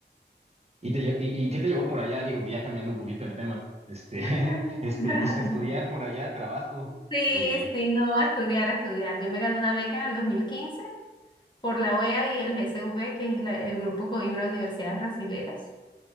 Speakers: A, on the right; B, on the left.
A: ¿Y, te, lle- y, y qué te llevó por allá? Digo que ya cambiando un poquito el tema. Este,
B: <laughs>
A: <laughs> este, pues de estudiar por allá, trabajo.
B: Sí,
A: Eh,
B: sí, no, a estudiar, a estudiar. Yo me gané una beca en el 2015 por la OEA y el GCV, que es la- el Grupo Coimbra de Universidades Brasileras.